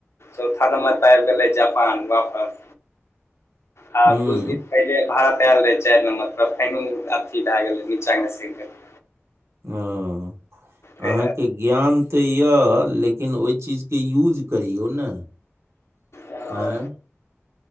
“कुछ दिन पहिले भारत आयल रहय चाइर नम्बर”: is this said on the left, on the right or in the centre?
Left